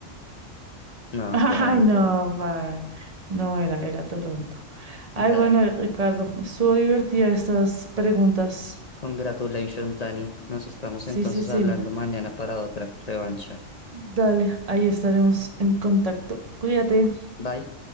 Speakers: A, on the left; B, on the right.
A: No,
B: <laughs> Ay,
A: Toronto.
B: no, pa. No era, era Toronto. Ay,
A: Dale.
B: bueno, Ricardo, estuvo divertida estas preguntas.
A: Congratulations, Dani. Nos estamos
B: Sí,
A: entonces
B: sí, sí.
A: hablando mañana para otra revancha.
B: Dale, ahí estaremos en contacto. Cuídate.
A: Bye.